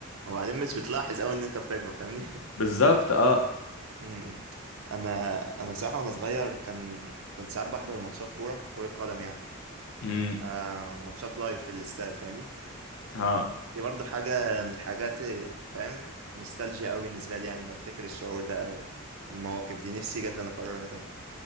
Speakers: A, on the right; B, on the left.
A: وبعدين مش بتلاحظ قوي ان انت بتكبر فاهمني
B: بالظبط اه
A: <laughs> امم انا انا بصراحه وانا صغير كان كنت ساعات بحضر ماتشات كوره كره قدم يعني
B: امم
A: آه ماتشات لايف في الاستاد فاهمني
B: اه
A: دي برضو حاجه من الحاجات فاهم نوستالجيا قوي بالنسبه لي يعني لما افتكر الشعور ده او المواقف دي نفسي جدا اكررها تاني